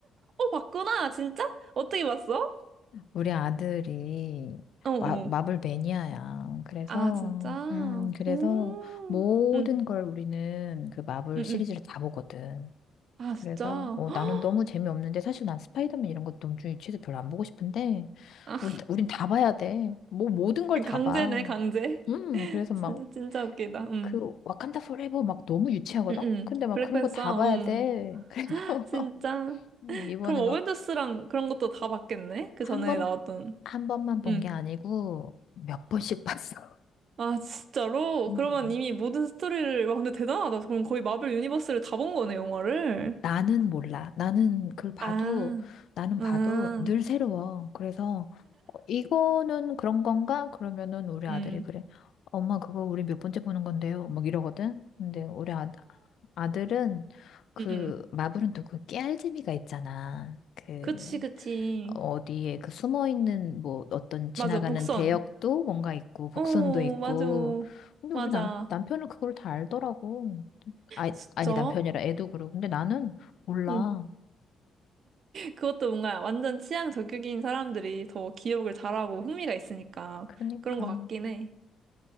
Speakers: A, on the right (about 60°); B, on the left (about 65°).
A: 어, 봤구나! 진짜? 어떻게 봤어?
B: 우리 아들이
A: 어, 어.
B: 마, 마블 매니아야. 그래서,
A: 아, 진짜?
B: 음, 그래서
A: 음.
B: 모든
A: 음,
B: 걸 우리는 그 마블
A: 응
B: 시리즈를
A: 응.
B: 다 보거든.
A: 아,
B: 그래서,
A: 진짜?
B: 어,
A: <gasps> <laughs>
B: 나는 너무 재미없는데, 사실 난 스파이더맨 이런 것도 너무 유치해서 별로 안 보고 싶은데,
A: 아,
B: 우린, 우린 다 봐야 돼. 뭐, 모든 걸 다
A: 강제네,
B: 봐.
A: 강제.
B: 음,
A: <laughs>
B: 그래서
A: 진짜,
B: 막,
A: 진짜 웃기다. 음.
B: 그 와칸다 포레버 막 너무 유치하거든?
A: 응 응.
B: 근데 막
A: 블랙팬서,
B: 그런 거 다 봐야
A: 음.
B: 돼. 그래서 <laughs>
A: 진짜.
B: 이번에
A: 그럼 어벤져스랑
B: 막
A: 그런 것도 다 봤겠네? 그
B: 한
A: 전에
B: 번,
A: 나왔던.
B: 한 번만 본
A: 음.
B: 게 아니고 몇 번씩 <laughs> 봤어.
A: 아, 진짜로?
B: 음.
A: 그러면 이미 모든 스토리를, 와, 근데 대단하다. 그럼 거의 마블 유니버스를 다 본 거네, 영화를.
B: 나는 몰라. 나는 그걸 봐도,
A: 아,
B: 나는
A: 아,
B: 봐도 늘 새로워. 그래서 어, 이거는 그런 건가? 그러면은 우리 아들이
A: 음,
B: 그래.
A: 음.
B: 엄마 그거 우리 몇 번째 보는 건데요. 막 이러거든. 근데 우리 아, 아들은 그
A: <laughs>
B: 마블은 또 그 깨알 재미가 있잖아. 그
A: 그치, 그치.
B: 어디에 그 숨어 있는 뭐 어떤 지나가는
A: 맞아, 복선.
B: 대역도 뭔가 있고 복선도
A: 오,
B: 있고
A: 맞아.
B: 근데
A: 맞아.
B: 우리 남 남편은 그걸 다 알더라고 아
A: 진짜?
B: 아니 남편이라 애도 그러고 근데 나는 몰라
A: 응. 그것도 뭔가 완전 취향 저격인 사람들이 더 기억을 잘하고 흥미가 있으니까
B: 그러니까
A: 그런 것 같긴 해.